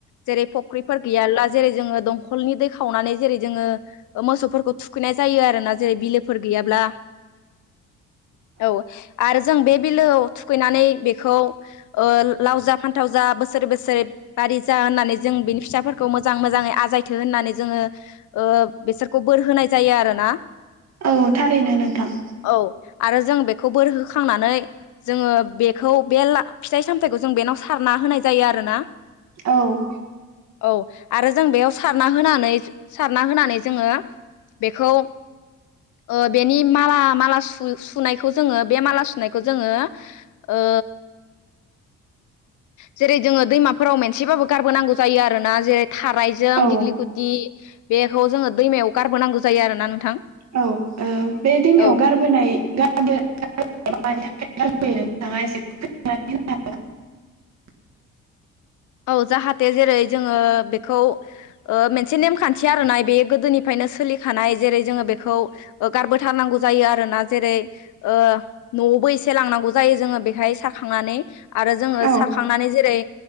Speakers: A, on the left; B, on the right.
A: जेरै फ्रख्रिफोर गैयाला जेरै जों दंखलनि दै खावनानै जेरै जोङो मोसौफोरखौ थुखैनाय जायो आरोना जेरै बिलोफोर गैयाब्ला औ आरो जों बे बिलोआव थुखैनानै बेखौ ओ लाव जा फान्थाव जा बो सोर बोसोर बारि जा होननानै जों बिनि फिथसाफोरखौ मोजां मोजाङै आजायथों होननानै जोङो ओ ओ बेसोरखौ बोर होनाय जायो आरोना।
B: औ थारैनो नोंथां।
A: औ आरो जों बेखौ बोर होखांनानै जोङो बेखौ बे ला फिथाइ सामथायाइखौ जों बेनाव सार ना होनाय जायो आरोना।
B: औ
A: औ आरो जों बेयाव सारना होनानै सारना होनानै जोङो बेखौ ओ बेनि माला माला सु सुनायखौ जोङो बे माला सुनायखौ जोङो ओ जेरै जोङो दैमाफोराव मेनसेबाबो गारबोनांगौ जायो आरोना जेरै थारायजों
B: औ
A: दिग्लि गुथि बेखौ जोङो दैमायाव गारबोनांगौ जायो आरोना नोंथां
B: औ बे दैमायाव
A: औ
B: गारबोनाय <unintelligible> <unintelligible>
A: औ जाहाथे जेरै जोङो बेखौ मोनसे नेमखान्थि आरो नाय बे गोदोनिफ्रायनो सोलिखानाय जेरै जोङो बेखौ गारबोथारनांगौ जायो आरोना जेरै ओ न'आवबो एसे लांनांगौ जायो जोङो बे, बेहाय सारखांनानै आरो जोङो
B: औ
A: सारखांनानै जेरै